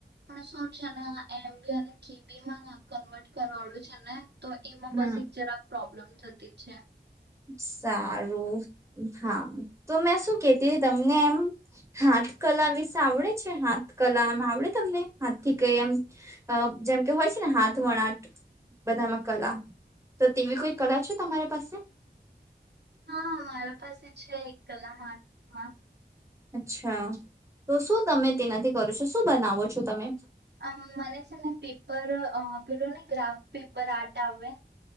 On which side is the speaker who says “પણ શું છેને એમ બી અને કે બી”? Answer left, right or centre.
Right